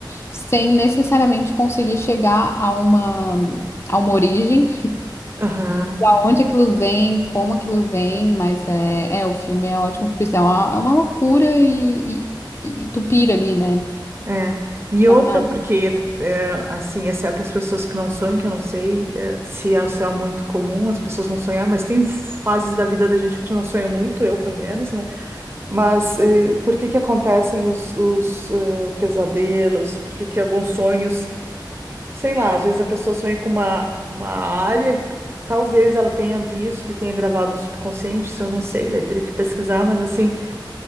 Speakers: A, on the left; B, on the right.
A: sem necessariamente conseguir chegar a uma, a uma origem,
B: Aham,
A: da onde aquilo vem, como aquilo vem, mas é, é o filme é ótimo por isso, é uma, é uma loucura e, e, e tu pira ali, né?
B: É. E
A: Na,
B: outra,
A: na...
B: porque, é, assim, exceto as pessoas que não sonham, que eu não sei, é, se é, se é muito comum as pessoas não sonhar, mas tem fases da vida da gente que a gente não sonha muito, eu pelo menos, né? Mas é, por que que acontecem os, os, é, pesadelos? Por que que alguns sonhos, sei lá, às vezes a pessoa sonha com uma, uma área, que talvez ela tenha visto e tenha gravado no subconsciente, isso eu não sei, daí teria que pesquisar, mas assim